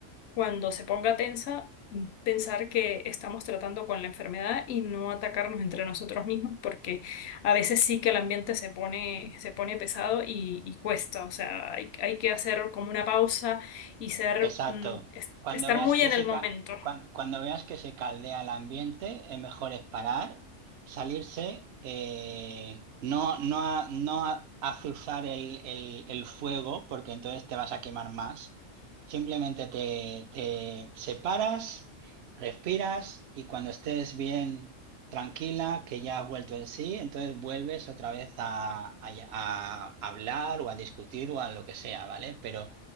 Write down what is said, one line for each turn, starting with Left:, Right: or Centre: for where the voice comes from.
Left: cuando se ponga tensa, mm, pensar que estamos tratando con la enfermedad y no atacarnos entre nosotros mismos, porque a veces sí que el ambiente se pone, se pone pesado y, y cuesta. O sea, hay, hay que hacer como una pausa y ser,
Right: Exacto.
Left: mm, es-
Right: Cuando
Left: estar
Right: veas
Left: muy
Right: que
Left: en
Right: se
Left: el momento.
Right: ca- cuan- cuando veas que se caldea el ambiente, es mejor es parar, salirse, eh, no, no, a- no a- azuzar el, el- el fuego, porque entonces te vas a quemar más. Simplemente te, te separas, respiras y cuando estés bien tranquila, que ya has vuelto en sí, entonces vuelves otra vez a, a a hablar o a discutir o a lo que sea, ¿vale? Pero